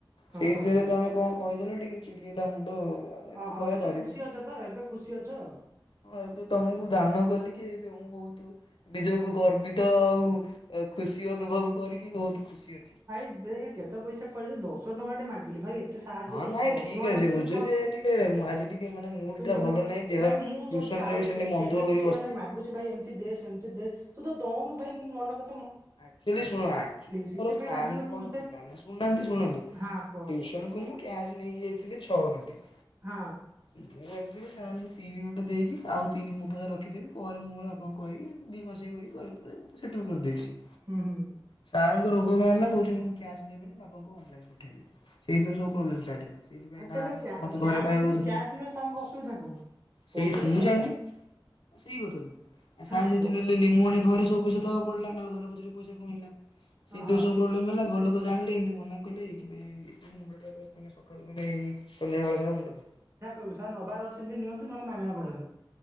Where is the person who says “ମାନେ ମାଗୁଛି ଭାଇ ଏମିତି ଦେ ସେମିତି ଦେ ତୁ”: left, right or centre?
Right